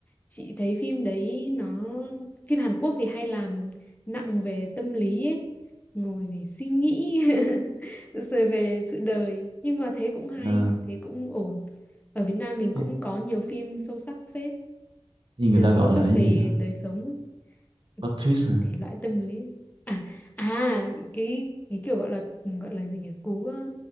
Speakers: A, on the left (about 15°); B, on the right (about 55°).
A: Chị thấy phim đấy nó phim Hàn Quốc thì hay làm nặng về tâm lý ấy, ngồi để suy nghĩ <laughs> rồi về sự đời, nhưng mà thế cũng hay,
B: Ờ,
A: thế cũng ổn. Ở Việt Nam mình
B: cái,
A: cũng có nhiều phim sâu sắc phết.
B: cái người
A: ờ,
B: ta gọi
A: sâu sắc
B: là cái
A: về
B: gì đó
A: đời sống ấy. Ừ,
B: plot twist hả
A: thể loại tâm lý à, à cái cái kiểu gọi là gọi là gì nhỉ cú ờ,